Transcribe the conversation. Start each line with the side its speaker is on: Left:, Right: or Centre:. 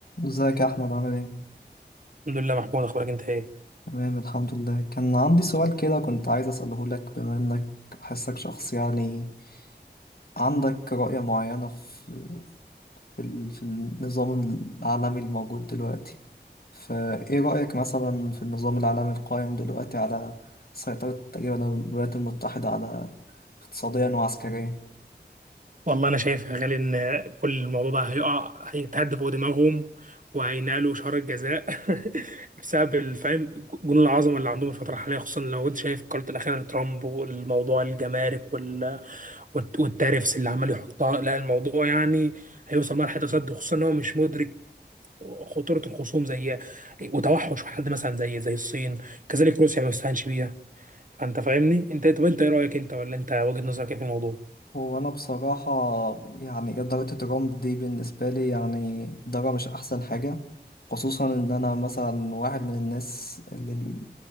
Left: ازيك يا احمد عامل ايه
Right: الحمد لله محمود اخبارك انت ايه
Left: تمام الحمد لله كان عندي سؤال كده كنت عايز اساله لك بما انك بحسك شخص يعني عندك رؤية معينة في في ال- في النظام العالمي الموجود دلوقتي فايه رأيك مثلا في النظام العالمي القائم دلوقتي على سيطرة تقريبا الولايات المتحدة على اقتصاديا وعسكريا
Right: والله انا شايف يا غالي ان كل الموضوع ده هيقع هيتهد فوق دماغهم وهينالوا شهر الجزاء <laughs> بسبب الفهم جنون العظمه اللي عندهم الفتره الحاليه خصوصا لو انت شايف قرارات الاخيره لترامب والموضوع الجمارك وال... والت- والتارفس اللي عمال يحطها لا الموضوع يعني هيوصل مرحله تصد خصوصا ان هو مش مدرك خطوره الخصوم زي وتوحش حد مثلا زي زي الصين كذلك روسيا ما يستهانش بيها فانت فاهمني انت طب انت ايه رايك انت ولا انت وجهه نظرك ايه في الموضوع
Left: هو أنا بصراحة يعني إدارة ترامب دي بالنسبة لي يعني إدارة مش أحسن حاجة خصوصا إن أنا مثلا واحد من الناس اللي